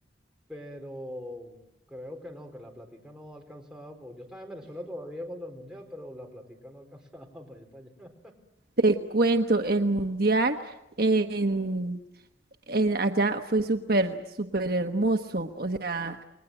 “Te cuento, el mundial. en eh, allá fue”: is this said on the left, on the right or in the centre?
Right